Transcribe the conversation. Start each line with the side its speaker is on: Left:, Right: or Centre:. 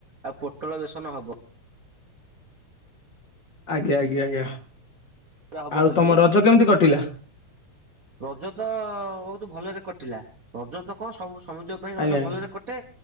Right: ଆ ପୋଟଳ ବେସନ ହବ।
Left: ଆଜ୍ଞା ଆଜ୍ଞା ଆଜ୍ଞା।
Right: ହବ
Left: ଆଉ
Right: ବୋଲି
Left: ତମ ରଜ କେମିତି କଟିଲା?
Right: ରଜ ତ ବୋହୁତ ଭଲରେ କଟିଲା, ରଜ ତ କ ସବୁ ସମିତିକ ପାଇଁ
Left: ଆଜ୍ଞା
Right: ରଜ
Left: ଆଜ୍ଞା
Right: ଭଲରେ କଟେ,